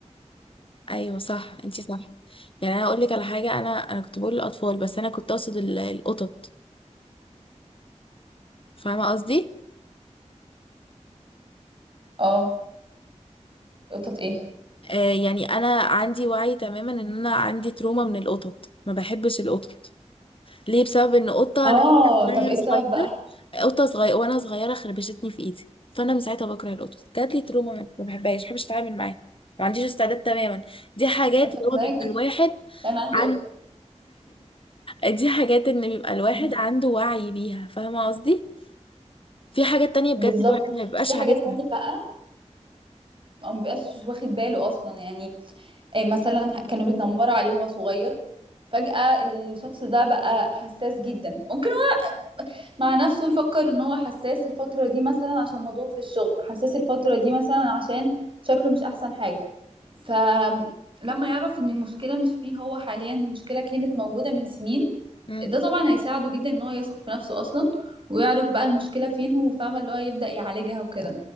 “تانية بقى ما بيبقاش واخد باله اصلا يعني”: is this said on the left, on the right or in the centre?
Right